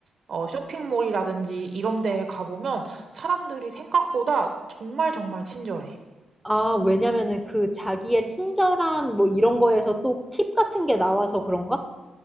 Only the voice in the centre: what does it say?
아, 왜냐면은 그 자기의 친절함 뭐 이런 거에서 또 팁 같은 게 나와서 그런가?